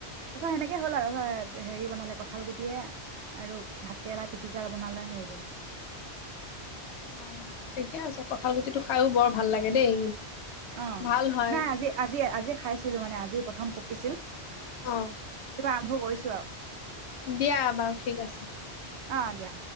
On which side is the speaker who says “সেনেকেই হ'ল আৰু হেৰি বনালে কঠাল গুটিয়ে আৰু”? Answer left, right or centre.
Right